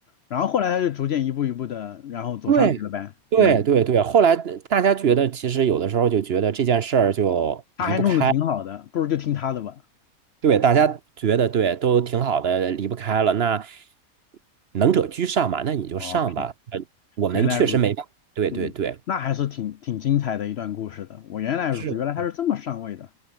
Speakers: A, on the left; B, on the right.
A: 然后后来他就逐渐一步一步的，然后走上去了呗。
B: 对对对对，
A: 嗯，
B: 后来呃大家觉得，其实有的时候就觉得这件事儿就离不开，
A: 他还弄得挺好的，不如就听他的吧。
B: 对大家觉得对都挺好的，离不开了。那能者居上嘛，那你就上吧。
A: OK，
B: 呃，我们确实没办法。
A: 原来如此。
B: 对对对，
A: 嗯，那还是挺挺精彩的一段故事的。我原来如此，
B: 是，
A: 原来他是这么上位的。